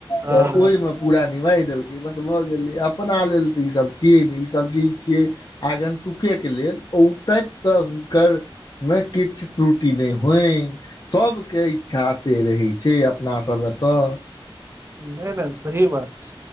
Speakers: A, on the right; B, on the left.
A: हँ
B: तऽ
A: हँ
B: ओइम पूरा निमाह देलकै बस भऽ गेलै अपना लेल तऽ ई सब छियै नै ई सब चीज छियै। आगन। तुकै केँ लेल औतक तऽ हुनकर में किछ त्रुटि नै होन सब केँ इच्छा से रहै छै अपना सभ एतऽ।
A: नै न सही बात छै